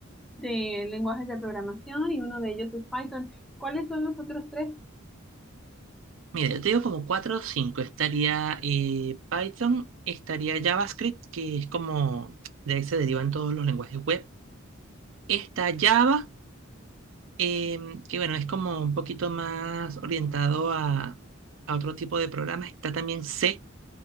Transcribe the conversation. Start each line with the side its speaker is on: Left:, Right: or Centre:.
Centre: de lenguajes de programación y uno de ellos es Python. ¿Cuáles son los otros tres?
Right: Mira, yo te digo como 4 o cinco Estaría eh, Python, estaría JavaScript, que es como de ahí se derivan todos los lenguajes web. Está Java, em, que bueno, es como un poquito más orientado a, a otro tipo de programas. Está también C,